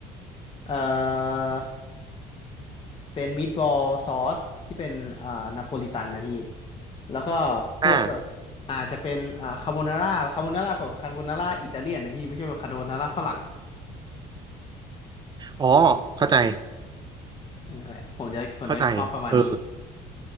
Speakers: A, on the left; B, on the right.
A: เอ่อ เป็นมีดบอลซอสที่เป็นอ่านาโปลิตันนะพี่แล้วก็พวกแบบอาจจะเป็นอ่าคาโบนาร่าคาโบนาร่าแบบคาโบนาร่าอิตาเลียนนะพี่ไม่ใช่แบบคาโบนาร่าฝรั่งอะ
B: อ่าอ๋อเข้าใจ
A: นั่นแหละผมจะผมจะชอบประมาณนี้
B: เข้าใจเออ